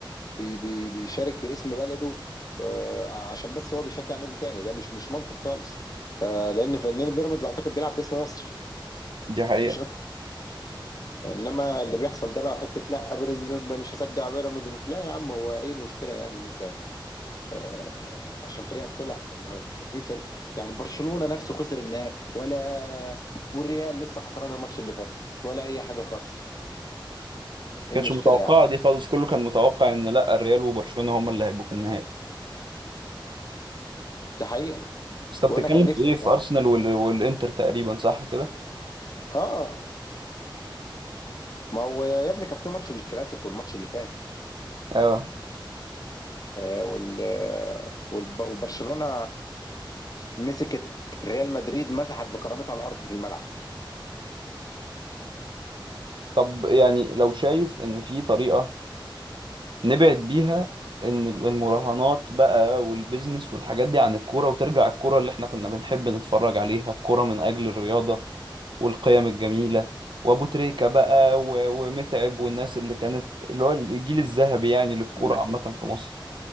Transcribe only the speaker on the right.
دي حقيقة
كانتش
متوقعة
دي خالص كله كان متوقع ان لا الريال وبرشلونة هما اللي هيبقوا في النهائي
بس انت
بتتكلم
في ايه
في ارسنال وال... والانتر تقريبا صح كده
اه
طب يعني لو شايف ان في طريقة نبعد بيها ان المراهنات بقى والبيزنس والحاجات دي عن الكورة وترجع الكورة اللي احنا كنا بنحب نتفرج عليها الكورة من اجل الرياضة والقيم الجميلة وابو تريكة بقى و... ومتعب والناس اللي كانت اللي هو الجيل الذهبي يعني للكورة
عامة في
مصر